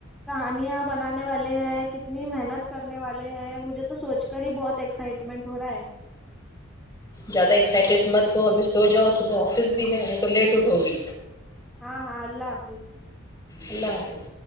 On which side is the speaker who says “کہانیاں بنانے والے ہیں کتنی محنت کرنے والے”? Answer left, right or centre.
Centre